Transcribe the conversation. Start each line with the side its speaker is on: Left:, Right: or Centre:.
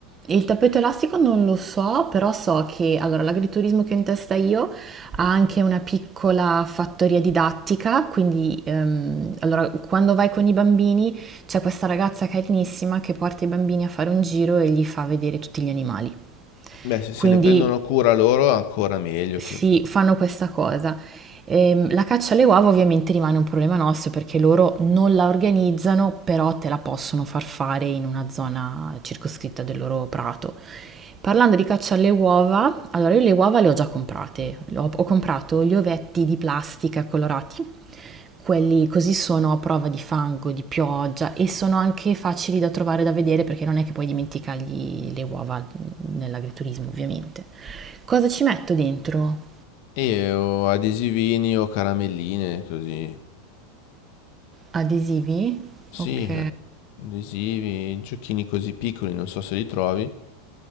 Right: il tappeto elastico non lo so, però so che allora, l'agriturismo che ho in testa io ha anche una piccola fattoria didattica, quindi ehm, allora, quando vai con i bambini c'è questa ragazza carinissima che porta i bambini a fare un giro e gli fa vedere tutti gli animali.
Left: Beh, se se
Right: Quindi
Left: ne prendono cura loro ancora meglio
Right: Sì,
Left: che...
Right: fanno questa cosa. Ehm, la caccia alle uova ovviamente rimane un problema nostro perché loro non la organizzano, però te la possono far fare in una zona circoscritta del loro prato. Parlando di caccia alle uova, allora io le uova le ho già comprate. Ho, ho comprato gli ovetti di plastica colorati, quelli così sono a prova di fango, di pioggia e sono anche facili da trovare da vedere perché non è che puoi dimenticargli le uova nell'agriturismo, ovviamente. Cosa ci metto dentro?
Left: E o adesivini o caramelline, così.
Right: Adesivi?
Left: Sì,
Right: Ok.
Left: adesivi, giochini così piccoli, non so se li trovi.